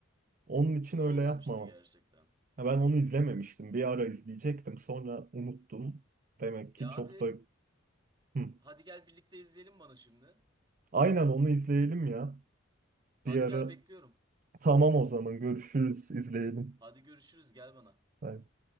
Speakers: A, on the right; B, on the right.
A: Onun için
B: İşte
A: öyle
B: olmamıştı
A: yapma.
B: gerçekten.
A: Ha, Ben onu izlememiştim. Bir ara izleyecektim. Sonra unuttum. Demek ki
B: Ya
A: çok
B: abi
A: da... Hı.
B: hadi gel birlikte izleyelim bana şimdi.
A: Aynen onu izleyelim ya.
B: Hadi
A: Bir ara.
B: gel bekliyorum.
A: Tamam o zaman görüşürüz. İzleyelim.
B: Hadi görüşürüz gel bana.
A: Bye.